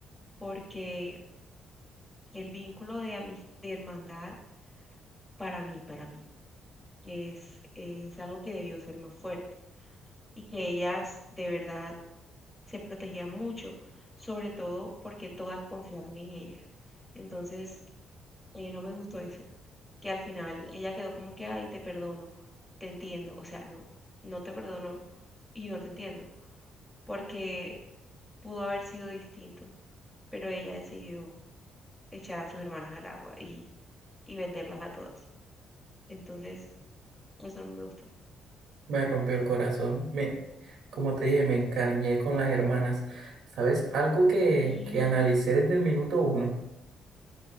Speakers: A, in the centre; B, on the right.
A: porque el vínculo de, amis- de hermandad, para mí, para mí, es, es algo que debió ser más fuerte y que ellas de verdad se protegía mucho, sobre todo porque todas confiaron en ella. Entonces, eh, no me gustó eso, que al final ella quedó como que, ay, te perdono, te entiendo, o sea, no, no te perdono y no te entiendo, porque pudo haber sido distinto, pero ella decidió echar a sus hermanas al agua y, y venderlas a todas. Entonces, eso no me gustó.
B: Me rompió el corazón. Me, como te dije, me encariñé con las hermanas. ¿Sabes? Algo que,
A: Y
B: que analicé desde el minuto uno.